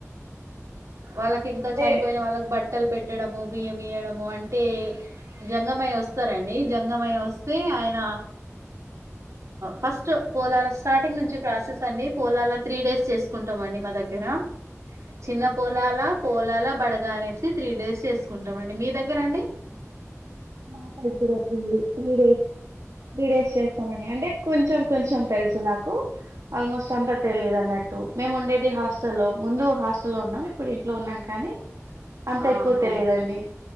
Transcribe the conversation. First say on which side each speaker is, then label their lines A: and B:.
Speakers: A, on the right; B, on the right.
A: వాళ్ళక్ ఇంకా
B: అంటే
A: చనిపోయిన వాళ్ళక్ బట్ లు పెట్టడమో బియ్యం ఇయ్యడమో అంటే జంగమయ్య వస్తారండి జంగమయ్య వస్తే ఆయన ఫస్ట్ పోలాల స్టార్టింగ్ నుంచి ప్రాసెస్ అండి పోలాల త్రీ డేస్ చేస్కుంటాం అండి మా దగ్గర చిన్న పోలాల పోలాల బడగ అనేస్ త్రీ డేస్ చేస్కుంటమండి మీ దగ్గర అండి.
B: మా సైడ్గుడా త్రీ డెస్ త్రీ డేస్ చేస్తామండి అంటే కొంచెం కొంచెం తెల్సు నాకు ఆల్మోస్ట్ అంతా తెలీదన్నట్టు మేం ఉండేది హాస్ లో ముందు హాస్టల్లో ఉన్నాం ఇప్పుడు ఇంట్లో ఉన్నాం కానీ అంత ఎక్కువ
A: ఆహా
B: తెలీదండి.